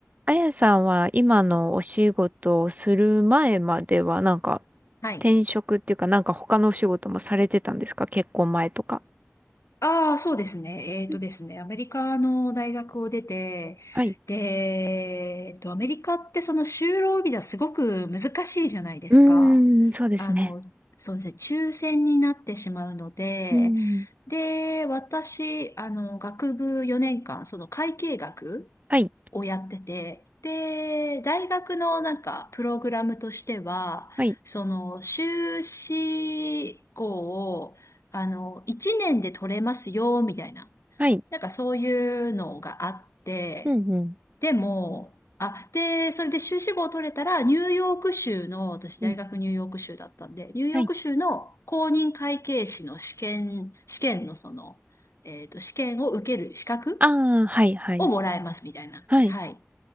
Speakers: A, on the right; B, on the left.
A: あやさんは今のお仕事をする前まではなんか
B: はい。
A: 転職っていうかなんか他のお仕事もされてたんですか結婚前とか。
B: ああ、そうですね。えっとですね、
A: うん
B: アメリカの大学を出て、
A: はい。
B: で、えっと、アメリカってその就労ビザすごく難しいじゃないですか。
A: うーん、そうですね。
B: あの、そうですね、抽選になってしまうので、
A: うーん。
B: で、私、あの、学部4年間、その会計学
A: はい。
B: をやってて、で、大学のなんかプログラムとしては、
A: はい。
B: その修士号を、あの、1年で取れますよ、みたいな。
A: はい。
B: なんかそういうのがあって、
A: うん、うん。
B: でも、あ、で、それで修士号を取れたら、ニューヨーク州の、私大学ニューヨーク州だったんで、
A: うん。
B: ニューヨーク州の公認会計士の試験、
A: はい。
B: 試験のその、えっと、試験を受ける資格
A: ああ、はい、はい。
B: をもらえますみたいな。
A: はい。
B: はい。っ